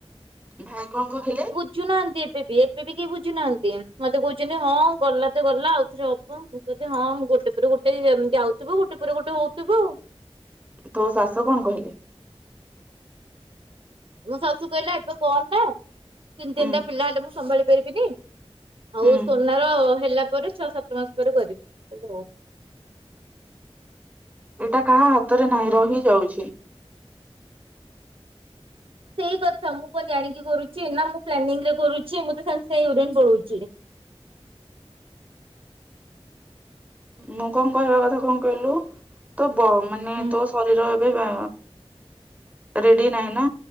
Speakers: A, on the right; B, on the right.
A: ଭାଇ କଣ କଉଥିଲେ
B: ବୁଝୁ ନାହାନ୍ତି ଏବେ ବି ଏବେ ବି କେହି ବୁଝୁନାହାନ୍ତି ମତେ କହୁଛନ୍ତି ହଁ ଗଲା ତ ଗଲା ଆଉ ଥରେ ହବ ମୁଁ କଛି ହଁ ଗୋଟେ ପରେ ଗୋଟେ ଯାଉ ଯାଉଥିବ ଗୋଟେ ପରେ ଗୋଟେ ହଉଥିବ ଆଉ
A: ତୋ ଶାଶୁ କଣ କହିଲେ?
B: ମୋ ଶାଶୁ କହିଲା ଏବେ କଣ ନା ତିନି ତିନିଟା
A: ହୁଁ
B: ପିଲା ହେଲେ ମୁଁ ସମ୍ଭାଳି ପାରିବିନି? ଆଉ
A: ହୁଁ
B: ସୁନାର ହେଲା ପରେ ଛଅ ସାତ ମାସ ପରେ କରିବୁ ମୁଁ କହିଲି ହୋଉ।
A: ଏଇଟା କାହା ହାତରେ ନାହିଁ ରହିଯାଉଛି
B: ସେଇ କଥା ମୁଁ କ ଯାଣିକି କରୁଛି ନା ମୁଁ ପ୍ଲାନିଂ ରେ କରୁଛି ମୁଁ ତ ସେଇ <unintelligible> ପଳୁଛି
A: ମୁଁ କଣ କହିବା କଥା କଣ କହିଲୁ ତୋ ବ ମାନେ
B: ହୁଁ
A: ତୋ ଶରୀର ଏବେ ବା ରେଡ଼ି ନାହିଁ ନା